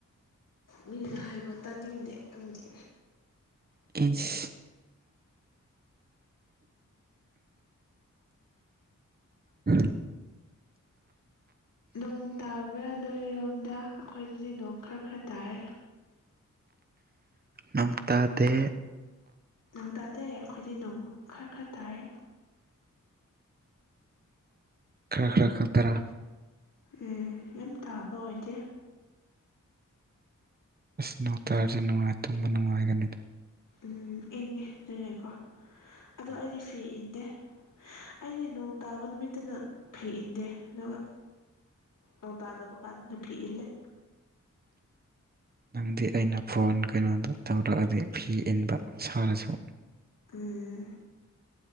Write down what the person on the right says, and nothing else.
ꯏꯁ ꯎꯝ
ꯅꯣꯡꯇꯥꯗ
ꯈꯔ ꯈꯔ ꯈ ꯇꯔꯥ
ꯑꯁ ꯎ ꯇꯔꯁꯨ ꯅꯨꯡꯉꯥꯏ ꯇꯨꯝꯕ ꯅꯨꯡꯉꯥꯏꯒꯅꯤꯗ
ꯎꯝ
ꯅꯪꯗꯤ ꯑꯩꯅ ꯐꯣꯟ ꯀꯩꯅꯣꯗꯣ ꯇꯧꯔꯛꯑꯗꯤ ꯐꯤ ꯏꯟꯕ ꯁꯥꯔꯁꯨ